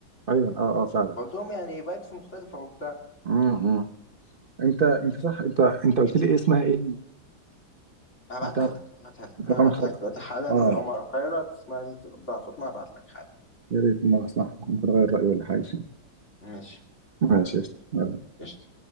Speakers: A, on the right; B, on the left.
A: ايوه اه اه فعلا
B: قلت لهم يعني فايبس مختلفة وبتاع
A: امم إمم. انت انت صح انت انت قلت لي ايه اسمها ايه
B: هبعتها
A: بتاع
B: لك هبعتها
A: بتاع
B: لك انا
A: رقم
B: هبعتها
A: خمسة
B: لك دلوقتي حالا
A: اه
B: عمر الخيرت اسمها الابداع فاطمة هبعت لك حالا
A: يا ريت ما صح ممكن اغير رايي ولا حاجه
B: ماشي
A: <laughs> ماشي قشطة. يلا.
B: قشطة